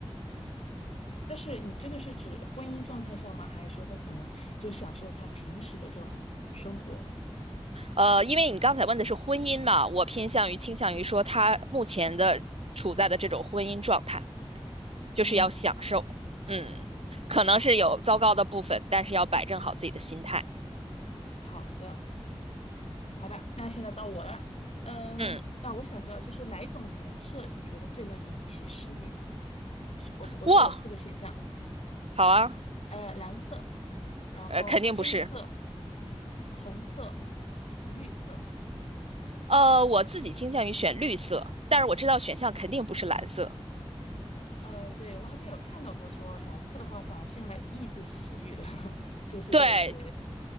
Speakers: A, on the left (about 75°); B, on the right (about 70°).
A: 但是你这个是指婚姻状态下吗？还是说他可能就享受他平时的这种生活？
B: 呃，因为你刚才问的是婚姻嘛，我偏向于倾向于说他目前的处在的这种婚姻状态，就是要享受，
A: 嗯，
B: 嗯，可能是有糟糕的部分，
A: 啊，好，
B: 但是要摆正好自己的心态。
A: 好的。好的，那现在到我了。嗯，
B: 嗯，
A: 那我想知道，就是哪一种颜色你觉得最能引起食欲？选我我这里有四个选项，
B: 哇，好啊，
A: 呃，蓝色，然后黑色、
B: 呃，肯定不是，
A: 红色以及绿色。
B: 呃，我自己倾向于选绿色，但是我知道选项肯定不是蓝色。
A: 呃，对，我好像有看到过说蓝色的话反而是用来抑制食欲的，<laughs> 就是在一些，
B: 对，